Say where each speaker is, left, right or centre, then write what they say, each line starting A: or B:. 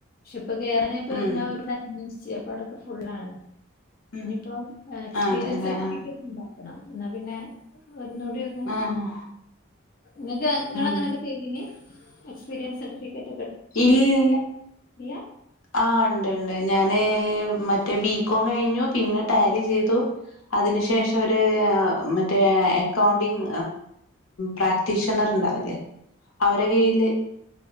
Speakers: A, on the left; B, on the left.
A: ഇപ്പൊ കേറനെ ഇപ്പ
B: ഉം
A: ഞാൻ ഓരോട് അന്വോഷി യപ്പാടൊക്കെ ഫുള്ളാണ്
B: ഉം
A: ഇനിയിപ്പോം എക്സ്പീരിയൻസ്
B: അതെല്ലേ
A: സർട്ടിഫിക്കറ്റ്
B: ആഹ്
A: ഉണ്ട ണം എന്നാ പിന്നെ ഒന്നൂടി ഒന്ന്
B: ആഹ്
A: നിങ്ങക്ക് നിങ്ങ
B: ഉം
A: അങ്ങനെയൊക്കെ ചെയ്തിന് എക്സ്പീരിയൻസ് സർട്ടിഫിക്കറ്റ്
B: ഇല്ല
A: ഇല്ലാ
B: ആ ഉണ്ട്ണ്ട് ഞാന് മറ്റേ ബികോം കഴിഞ്ഞു പിന്നെ ടാലി ചെയ്തു അതിനു ശേഷം ഒരുര് മറ്റേ അക്കൗണ്ടിങ് പ്രാക്ടീഷണർ ഉണ്ടാവില്ലേ അവര കീയില്